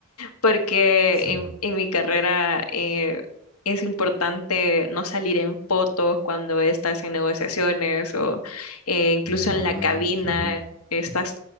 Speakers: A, on the left; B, on the right.
A: porque
B: Sí.
A: en, en mi carrera eh, es importante no salir en fotos cuando estás en negociaciones o eh, incluso
B: Ah,
A: en la cabina,
B: claro.
A: estás